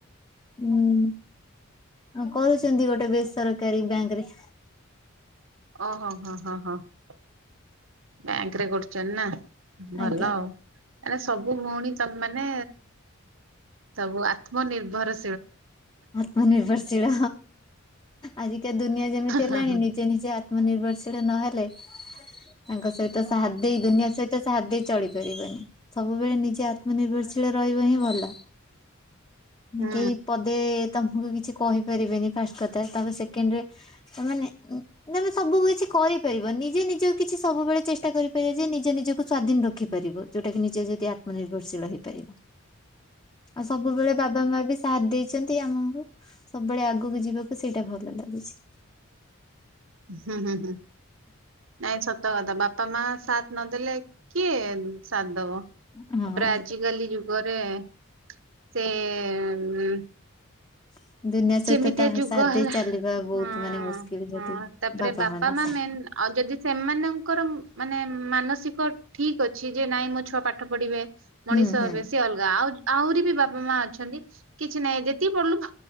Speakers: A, on the left (about 20°); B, on the right (about 65°).
A: ଉଁ। କରୁଛନ୍ତି ଗୋଟେ ବେସରକାରୀ ବ୍ୟାଙ୍କ ରେ।
B: ଓ ହୋ ହଁ ହଁ ହଁ ହଁ। ବ୍ୟାଙ୍କ ରେ କରୁଛନ୍ତି ନା ଭଲ
A: ଆଜ୍ଞା।
B: ଆଉ ମ ସବୁ ଭଉଣୀ ତମ ମାନେ ସବୁ ଆତ୍ମନିର୍ଭର।
A: ଆତ୍ମ ନିିର୍ଭରଶିଳ। ଆଜିକା ଦୁନିଆ ଯେମିତି ହେଲାଣି
B: ହଁ ହୁଁ
A: ନିଜେ ନିଜେ ଆତ୍ମନିର୍ଭରଶୀଳ ନହେଲେ ତାଙ୍କ ସହିତ ସାହା ଦେଇ ଦୁନିଆ ସହିତ ସାହା ଦେଇ ଚଳିପାରିବନି ସବୁବେଳେ ନିଜେ ଆତ୍ମନିର୍ଭରଶୀଳ ରହିବ ହିଁ ଭଲ।
B: ହୁଁ
A: କେହି ପଦେ ତମକୁ କିଛି କହିପାରିବେନି ଫାଷ୍ଟ କଥା ତାପ ସେକେଣ୍ଡ ରେ ସେମାନେ ତମେ ସବୁ କିଛି କରିପାରିବନି। ନିଜେ ନିଜକୁ କିଛି ସବୁବେଳେ ଚେଷ୍ଟା କରିପାରିବେ ଯେ ନିଜ ନିଜକୁ ସ ସ୍ଵାଧିନ ରଖିପାରିବ ଯୋଉଟା କିି ନିଜ ଯଦି ଆତ୍ମନିର୍ଭର ଶୀଳ ହେଇପାରିବ।
B: ହ
A: ଆଉ ସବୁବେଳେ ବାବା ମା ବି ସାଥ ଦେଇଛନ୍ତି ଆମକୁ ସବୁବେଳେ ଆଗକୁ ଯିବାକୁ ସେଇଟା ଭଲ ଲାଗୁଛି।
B: ହଁ ହୁଁ ହୁଁ ନାଇଁ ସତ କଥା ବାପା ମା ସାଥ ନଦେଲେ କିଏ ସାଥ ଦବ ତାପରେ
A: ହଁ
B: ଆଜିକାଲି ଯୁଗରେ ସେ ଏ ଉଁ
A: <inaudible> ଦୁନିଆ ସହିତ
B: ଯେମିତିଆ
A: ତାହା
B: ଯୁଗ
A: ସାଦ
B: ହେଲା
A: ଦେଇ ଚାଲିବା
B: ହଁ
A: ବହୁତ ମାନେ ମୁସ୍କିଲ ଯଦି
B: ହଁ ତାପରେ
A: ବାପା ମା ସତ
B: ମେନ୍ ଆଉ ଯଦି ସେମାନଙ୍କର ମାନେ ମାନସିକ ଠିକ ଅଛି ଯେ ନାଇଁ ମୋ ଛୁଆ ପାଠ ପଢିବେ। ମଣିଷ
A: ହୁଁ ହୁଁ
B: ହେବେ ସେ ଅଲଗା ଆଉ ଆହୁରି ବି ବାପା ମା ଅଛନ୍ତି କିଛି ନାହିଁ ଯେତିକି ପଢିଲୁ ପ